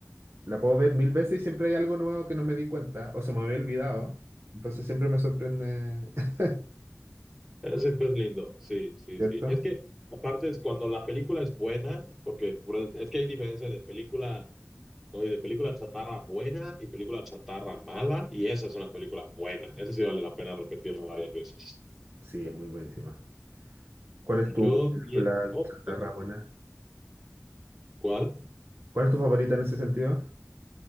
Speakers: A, on the right; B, in the centre.
A: La puedo ver mil veces y siempre hay algo nuevo que no me di cuenta o se me había olvidado. Entonces siempre me sorprende, <laughs>
B: Eh, Siempre es lindo, sí, sí,
A: ¿cierto?
B: sí. Es que aparte es cuando la película es buena, porque por- e, es que hay diferencia de película, oye, de película chatarra buena y película chatarra mala, y esa es una película buena. Esa sí vale la pena repetirla varias veces.
A: Sí, es muy buenísima. ¿Cuál es tu
B: Yo
A: película
B: diría, oh,
A: chatarra
B: no sé,
A: buena?
B: ¿cuál?
A: ¿Cuál es tu favorita en ese sentido?